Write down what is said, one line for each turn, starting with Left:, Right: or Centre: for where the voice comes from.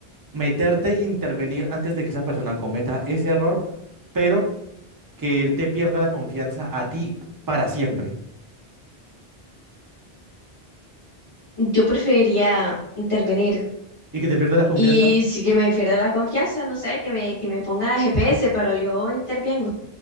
Right: meterte e intervenir antes de que esa persona cometa ese error, pero que él te pierda la confianza a ti para siempre.
Left: yo preferiría intervenir
Right: ¿Y que te pierda la confianza?
Left: y si que me pierda la confianza, no sé, que me, que me ponga GPS, pero yo intervengo.